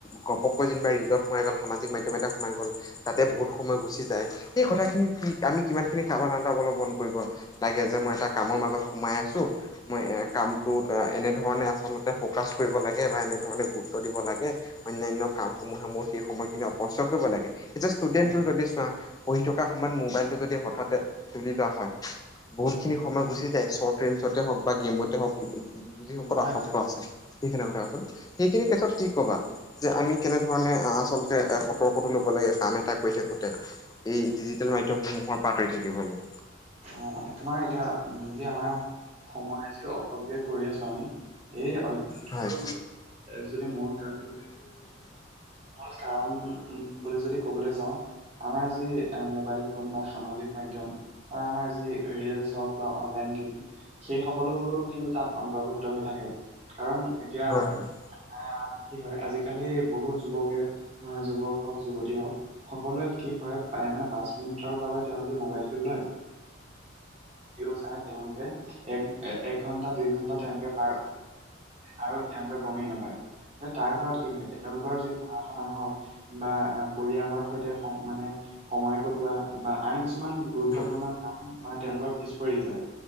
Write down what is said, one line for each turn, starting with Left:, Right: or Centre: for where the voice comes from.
Left: ঘপককে যেনিবা ৰীলত সোমাই গ'ল, সামাজিক মাধ্যম এটা সোমাই গ'ল তাতে বহুত সময় গুচি যায়, সেই কথাখিনিত কি আমি কিমানখিনি সাৱধানতা অৱলম্বন কৰিব লাগে যে মই এটা কামৰ মাজত সোমাই আছোঁ মই এ, কামটোত এনেধৰণে আচলতে ফকাচ কৰিব লাগে বা এনেধৰণে গুৰুত্ব দিব লাগে অন্যান্য কামসমূহে মোৰ সেই সময়খিনি অপচয় কৰিব লাগে। এতিয়া ষ্টুডেণ্টটো
Right: হয় হয়
Left: যদি চোৱা পঢ়ি থকা সময়ত মোবাইলটো যদি হঠাতে তুলি লোৱা হয় বহুতখিনি সময়
Right: হয়
Left: গুচি যায়, চৰ্ট ৰীলচতে হওক বা গেমতে হওক,
Right: উম
Left: যিসকল
Right: হয়
Left: আসক্ত
Right: হয় অ
Left: আছে। সেইখিনি কথা কচোন, সেইখিনিৰ ক্ষেত্ৰত কি কবা যে আমি কেনেধৰণে আচলতে এ, সতৰ্কতো ল'ব লাগে, কাম এটা কৰি থাকোতে ই ডিজিটেল মাধ্যমসমূহৰ পাৰ্থ হৈ থাকিবনো।
Right: অ' তোমাৰ এতিয়া উ, যে আমাৰ সময় যি অপবয় কৰি আছোঁ আমি এই অভ্যাসটোৰ
Left: হয়
Right: মানে যদি মোৰ কাৰনে মূল কাৰণ বুলি যদি ক'বলৈ যাওঁ আমাৰ যি মোবাইল ফোন বা সামাজিক মাধ্যম আমাৰ যি ৰিলচ হওক বা অনলাইন গেম সেই সকলোবোৰো কিন্তু তাত অন্তৰ্ভুক্ত হৈ থাকে। কাৰণ এতিয়া আ,
Left: হয় হয়
Right: কি হয় আজিকালি বহুত যুৱকে যুৱক হওক, যুৱতী হওক সকলোৱে কি হয় প্ৰায় মানে পাঁচ মিনিটৰ বাবে তেওঁলোকে মোবাইলটো লয়। জিও চাই তেওঁলোকে, এক এক ঘণ্টা, দুই ঘন্টা তেওঁলোকে পাৰ আৰু তেওঁলোকে গমেই নাপায়, তাৰফলত কি হয় তেওঁলোকৰ যি পঢ়া শুনা হওক বা পৰিয়ালৰ সৈতে মানে স-সময় কটোৱা বা আন কিছুমান গুৰুত্বপূৰ্ণ
Left: হয়
Right: কাম মানে তেওঁলোকৰ পিছ পৰি যায়,